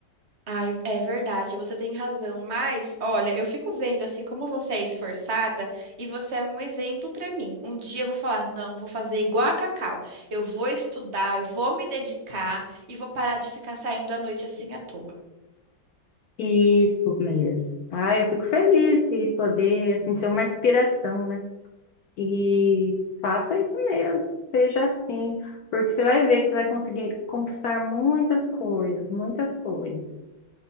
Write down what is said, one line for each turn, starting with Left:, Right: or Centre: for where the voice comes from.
Right: Ai, é verdade, você tem razão, mas olha, eu fico vendo assim como você é esforçada e você é um exemplo para mim. Um dia eu vou falar, não, vou fazer igual a Cacau. Eu vou estudar, eu vou me dedicar e vou parar de ficar saindo à noite assim à toa.
Left: Isso mesmo. Ah, eu fico feliz de poder, assim, ter uma inspiração, né? E faça isso mesmo, seja assim, porque você vai ver que você vai conseguir conquistar muitas coisas, muitas coisas.